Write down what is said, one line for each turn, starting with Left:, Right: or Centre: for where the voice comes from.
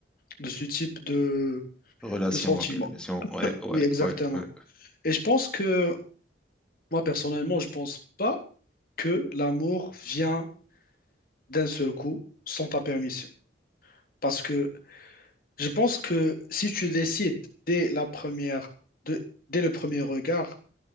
Left: de ce type de,
Centre: Relation,
Left: de sentiments.
Centre: bien bien sûr. Ouais, ouais,
Left: Oui, exactement.
Centre: ouais, ouais.
Left: Et je pense que, moi personnellement, je pense pas que l'amour vient d'un seul coup sans ta permission. Parce que je pense que si tu décides dès la première, de- dès le premier regard